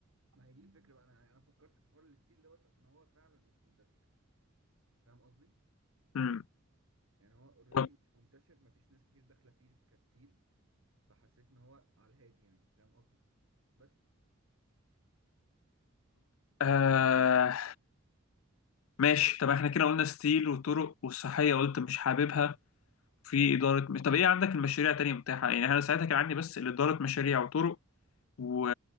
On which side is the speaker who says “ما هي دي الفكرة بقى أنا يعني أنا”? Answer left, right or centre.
Right